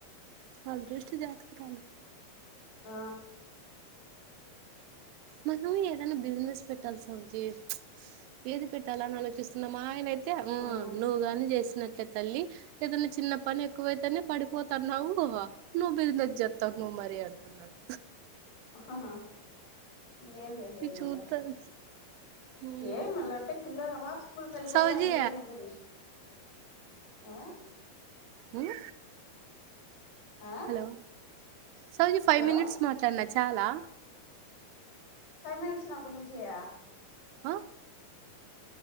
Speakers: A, on the right; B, on the left.
A: అదృష్టం జాతకాలు
B: అ
A: మనం ఏదైనా బిజినెస్ పెట్టాలి సౌజి ఏది పెట్టాల అని ఆలోచిస్తున్నా మా ఆయన అయితే అ
B: అవును
A: నువ్వు గాని చేసినట్టే తల్లి ఏదైనా చిన్న పని ఎక్కువైతేనే పడిపోతన్నావ్వు నువ్ బిజినెస్ చేస్తావు నువ్వు మారీ అంటున్నాడు
B: హ హ ఇంగే చేసేది
A: ఇది
B: మళ్ళ
A: చూద్దాం ఉమ్,
B: ఏం మళ్ళ అంటే పిల్లలు ఆ పాప స్కూల్ కెళ్ళిపోతే
A: సౌజీ
B: అంత ఏం ఉండదు ఈస్ అ
A: మ్
B: ఆ
A: hello Sowji five
B: hello
A: minutes మాట్లాదీన చాలా
B: ఫైవ్ మినిట్స్ రావ్ ప్పుడు నుంచియా
A: అ